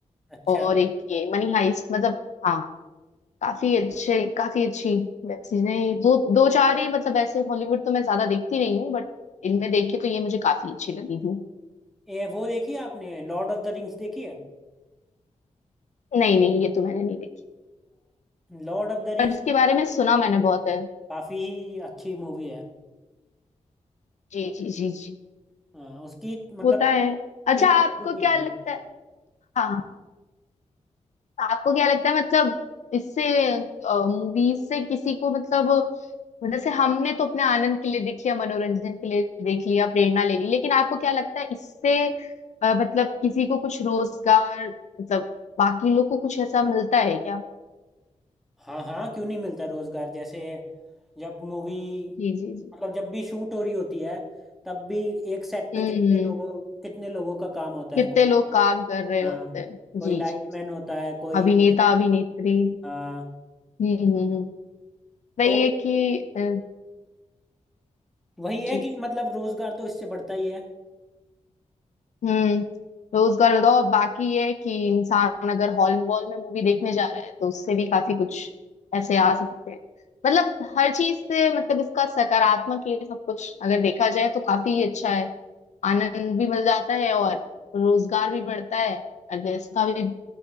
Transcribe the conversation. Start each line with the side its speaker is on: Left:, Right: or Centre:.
Centre: अच्छा
Left: और एक ये मनी हाइस्ट मतलब हाँ, काफी अच्छे काफी अच्छी वेब सीरीज है दो दो चार ही मतलब ऐसे हॉलीवुड तो मैं ज्यादा देखती नहीं हूँ बट इनमें देख के तो ये मुझे काफी अच्छी लगी थी
Centre: ये वो देखी है आपने लॉर्ड ऑफ द रिंग्स देखी है
Left: नहीं नहीं ये तो मैंने नहीं देखी
Centre: लॉर्ड ऑफ द
Left: पर
Centre: रिंग्स
Left: इसके बारे में सुना मैंने बहुत है
Centre: काफी अच्छी मूवी है
Left: जी जी जी जी
Centre: अ, उसकी मतलब
Left: होता है अच्छा
Centre: तीन
Left: आपको
Centre: मूवी
Left: क्या लगता है हाँ आपको क्या लगता है मतलब इससे मूवीज से किसी को मतलब वो जैसे हमने तो अपने आनंद के लिए देख लिया मनोरंजन के लिए देख लिया प्रेरणा ले ली लेकिन आपको क्या लगता है इससे अ, मतलब किसी को कुछ रोजगार मतलब बाकी लोग को कुछ ऐसा मिलता है क्या
Centre: हाँ हाँ क्यों नहीं मिलता रोजगार जैसे जब मूवी
Left: जी जी जी
Centre: मतलब जब भी शूट हो रही होती है तब भी एक सेट पे
Left: हम्म
Centre: कितने लोगों कितने लोगों का काम होता
Left: कितने
Centre: है कोई
Left: लोग काम कर रहे
Centre: हाँ
Left: होते हैं
Centre: कोई
Left: जी
Centre: लाइटमैन
Left: जी
Centre: होता है कोई
Left: अभिनेता अभिनेत्री
Centre: हाँ
Left: हम्म हम्म हम्म। वही
Centre: तो
Left: है कि अ,
Centre: वही है
Left: जी
Centre: कि मतलब रोजगार तो इससे बढ़ता ही है
Left: हम्म रोजगार बताओ अब बाकी ये है कि इंसान अगर हॉल वॉल में मूवी देखने जा रहा है तो उससे भी काफी कुछ ऐसे आ सकते हैं मतलब हर चीज से मतलब इसका सकारात्मक ये सब कुछ अगर देखा जाए तो काफी अच्छा है आनंद भी मिल जाता है और रोजगार भी बढ़ता है और व्यवस्था भी